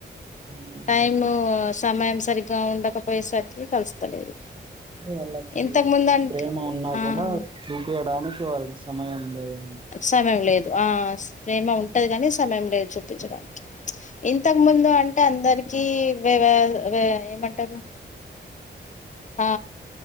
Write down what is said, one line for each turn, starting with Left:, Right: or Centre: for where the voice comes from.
Right: అవునండి.
Left: టైమ్ సమయం సరిగ్గా ఉండకపోయేసరికి కలుస్తలేదు
Right: అంటే వాళ్ళకి
Left: ఇంతకు ముందు అంటే
Right: ప్రేమ ఉన్నా
Left: ఆ
Right: కూడా చూపయడానికి వారికి సమయం లేదు
Left: సమయం లేదు ఆ ప్రేమ ఉంటయి కానీ సమయం లేదు చూపించడానికి ఇంతకు ముందు అంటే అందరికి వేరే వేవ్ ఏమంటారు ఆ